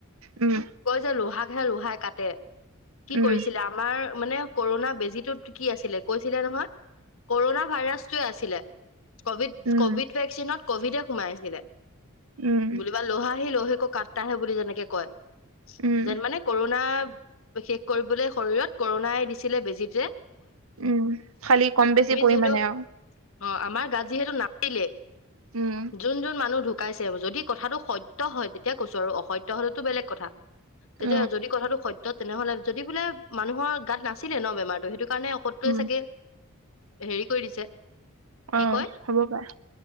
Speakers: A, on the right (about 80°); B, on the left (about 70°).
A: উম
B: কয় যে লোহা লোহাই কাটে কি
A: উম
B: কৰিছিলে আমাৰ মানে পুৰণা বেজীটো ত কি আছিলে কৈছিলে নহয় কৰোণা ভাইৰাছ টোৱে আছিলে কভিড
A: উম
B: কভিড ভেকচিনত কভিডে সোমাইছিলে
A: উম
B: বুলিবা লহা সি লোহেক কাট্টাহে বুলি যেনেকে কয়
A: উম
B: যেন মানে কৰোণা শেষ কৰিবলৈ শৰীৰত কৰোণাই দিছে ছিলে বেজিতে
A: উম, খালি কম বেছি পৰিমাণে
B: যিহেতু
A: আৰু
B: অ, আমাৰ গাত যিহেতটো নাচিলে
A: উম
B: যোন-যোন মানুহ ঢুক কাইছে যদি কথাটো সত্য় হয় তেতিয়া কৈছো আৰু অসত্য হলেতো বেলেগ কথা তেতিয়া
A: অ
B: যদি কথাটো সত্য় ত-তেনেহলে, যদি বোলে মানুহৰ গাত না ছিলে ন বেমাৰটো সেইটো কাৰণে ঔষধটোৱে
A: উম
B: চাগে হেৰি কৰি দিছে কি
A: অ,
B: কয়
A: হ'ব পাৰে